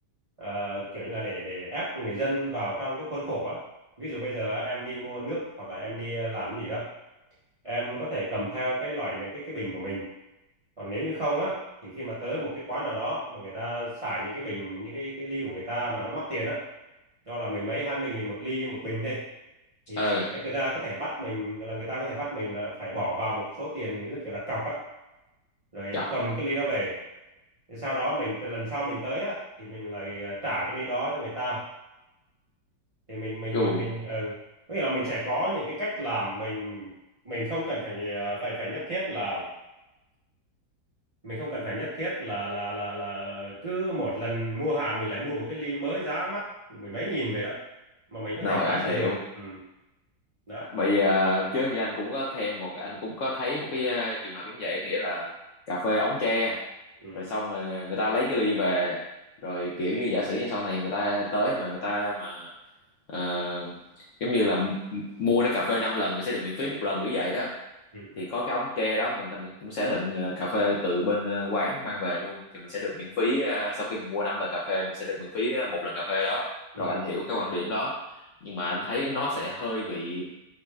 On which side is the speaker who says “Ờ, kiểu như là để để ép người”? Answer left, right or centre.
Right